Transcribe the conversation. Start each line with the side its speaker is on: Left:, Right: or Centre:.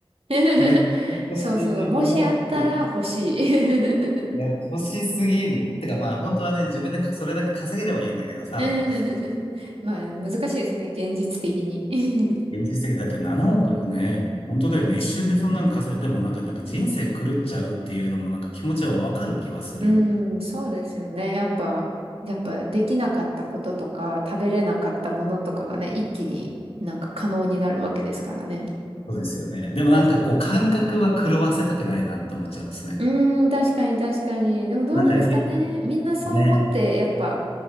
Right: <laughs>
Left: めっちゃ欲しい。
Right: そうそう、もしあったら欲しい。
Left: 7億。いや、
Right: <laughs>
Left: 欲しすぎる。てかまあ、本当はね、自分でそれだけ稼げればいいんだけどさ。
Right: うん <laughs> まあ、難しいですね。現実的に。<laughs>
Left: 現実的だって7億ね、本当だよね。
Right: うん、
Left: 一瞬でそんなの稼い、でもなんか、なんか人生狂っちゃうっていうのもなんか気持ちはわかる気はする。
Right: うんそうですよね。やっぱ、やっぱできなかったこととか、食べれなかったものとかがね、一気になんか可能になるわけですからね。
Left: そうですよね。でもなんかこう感覚は狂わせたくないなって思っちゃいますね。
Right: うん、確かに確かに。でもどうなんですかね。
Left: なんか、えね、
Right: みんなそう思って、
Left: ね
Right: やっぱ、